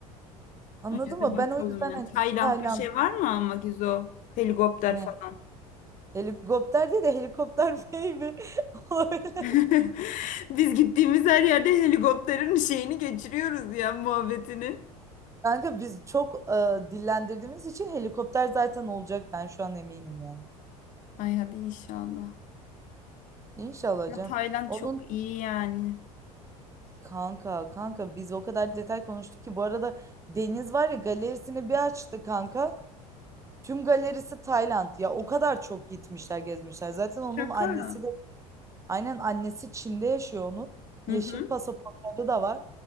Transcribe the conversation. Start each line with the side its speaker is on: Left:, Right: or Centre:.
Right: Anladın
Left: Ay, Hadi
Right: mı?
Left: bakalım
Right: Ben o yüzden
Left: ya.
Right: hani
Left: Tayland'da
Right: Tayland
Left: şey var mı ama Gizo? Helikopter
Right: ne?
Left: falan.
Right: Helikopter değil de helikopter baby <laughs> olabilir.
Left: <laughs> Biz gittiğimiz her yerde helikopterin şeyini geçiriyoruz ya muhabbetini.
Right: Kanka biz çok e, dillendirdiğimiz için helikopter zaten olacak ben şu an eminim yani.
Left: Ay hadi inşallah.
Right: İnşallah
Left: Ya
Right: hocam.
Left: Tayland
Right: Onun
Left: çok iyi yani.
Right: kanka kanka biz o kadar detay konuştuk ki bu arada Deniz var ya galerisini bir açtı kanka. Tüm galerisi Tayland ya o kadar çok gitmişler gezmişler. Zaten onun
Left: Şaka.
Right: annesi de aynen annesi Çin'de yaşıyor onun. Yeşil
Left: Hı hı.
Right: pasaportları da var.